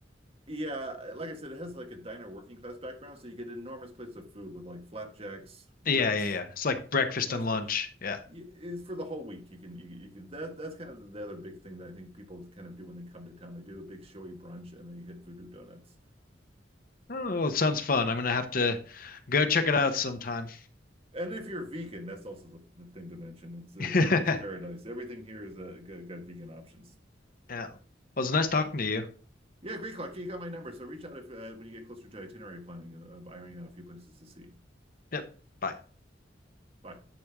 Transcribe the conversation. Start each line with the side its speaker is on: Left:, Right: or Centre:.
Right: yeah, like I said, it has like a diner working class background, so you get enormous plates of food with like flapjacks,
Left: Yeah,
Right: grits,
Left: yeah, yeah. It's like breakfast
Right: hash
Left: and lunch.
Right: y-
Left: Yeah.
Right: It's for the whole week. You can you, you can that that's kind of the other big thing that I think people kind of do when they come to town. They do a big showy brunch and they hit Voodoo Donuts.
Left: Oh, it sounds fun. I'm gonna have to go check it out sometime.
Right: And if you're vegan, that's also the the thing to mention. It's a
Left: <laughs>
Right: vegan's paradise. Everything here is uh, got, got vegan options.
Left: Yeah. Well, it's nice talking to you.
Right: Yeah, great, Clark. You got my number, so reach out if uh, when you get closer to itinerary planning of, of ironing out a few places to see.
Left: Yep. Bye.
Right: Bye.